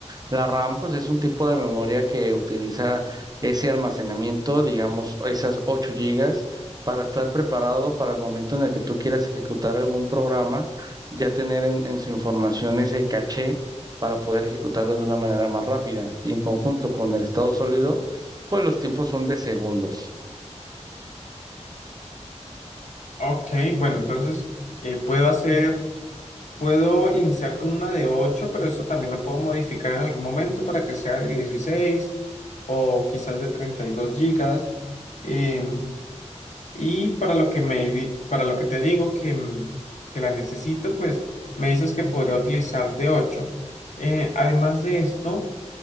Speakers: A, on the right; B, on the left.
A: La RAM, pues es un tipo de memoria que utiliza ese almacenamiento, digamos, esas 8 gigas, para estar preparado para el momento en el que tú quieras ejecutar algún programa, ya tener en, en su información ese caché para poder ejecutarlo de una manera más rápida. Y en conjunto con el estado sólido, pues los tiempos son de segundos.
B: Ok, bueno, entonces eh, puedo hacer, puedo iniciar con una de 8, pero eso también lo puedo modificar en algún momento para que sea de 16 o quizás de 32 gigas. Em, y para lo que me, di- para lo que te digo que, mm, que la necesito, pues me dices que podría utilizar de 8. Eh, además de esto,